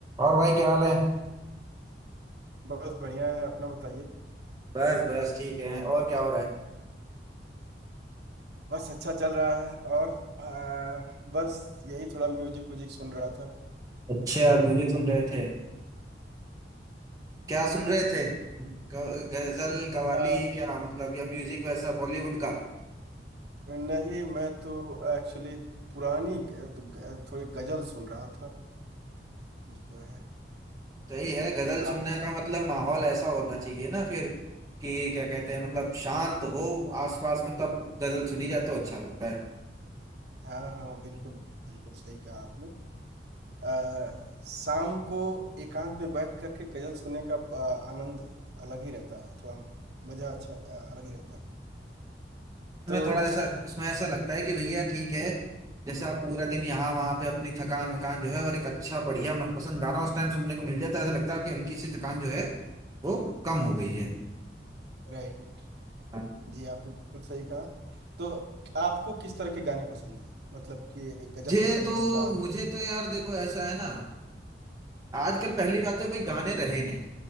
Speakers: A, on the right; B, on the right.
A: और भाई क्या हाल है
B: बस बढ़िया है अपना बताइए
A: बस बस ठीक है और क्या हो रहा है
B: बस अच्छा चल रहा है और आ, बस यही थोड़ा म्यूजिक व्यूजिक सुन रहा था
A: अच्छे आदमी जी सुन रहे थे क्या सुन रहे थे ग- गजल कवाली
B: आ,
A: क्या मतलब या म्यूजिक वैसा बॉलीवुड का
B: नहीं मैं तो एक्चुअली पुरानी ग- ग- थोड़ी गजल सुन रहा था जो है
A: सही है गजल
B: आप
A: सुनने का मतलब माहौल ऐसा होना चाहिए ना फिर कि क्या कहते हैं मतलब शांत हो आसपास में तब गजल सुनी जाए तो अच्छा लगता है
B: हाँ हाँ बिल्कुल बिल्कुल सही कहा आपने आ, शाम को एकांत में बैठ करके गजल सुनने का आ, आनंद अलग ही रहता है थोड़ा मजा अच्छा आ, अलग ही रहता है तो
A: इसमें थोड़ा ऐसा इसमें ऐसा लगता है कि भैया ठीक है जैसे आप पूरा दिन यहाँ वहां पे अपनी थकान वकान जो है और एक अच्छा बढ़िया मनपसंद गाना उस टाइम सुनने को मिल जाता है ऐसा लगता है कि हल्की सी थकान जो है वो कम हो गई है
B: राइट
A: हाँ
B: जी आपने बिल्कुल सही कहा तो आपको किस तरह के गाने पसंद है मतलब कि गजल
A: मुझे
B: पसंद
A: तो
B: है क्या
A: मुझे तो यार देखो ऐसा है ना आजकल पहली बात तो भाई गाने रहे नहीं